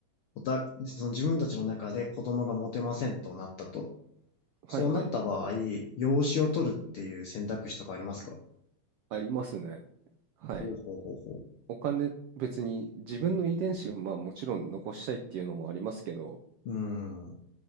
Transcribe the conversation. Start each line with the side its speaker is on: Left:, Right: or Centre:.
Left: おた、その自分たちの中で子供が持てませんとなったと。
Right: はいはい。
Left: そうなった場合、養子を取るっていう選択肢とかありますか
Right: ありますね。はい。
Left: ほうほうほうほう。
Right: お金、別に自分の遺伝子をまあもちろん残したいっていうのもありますけど、
Left: うーん。う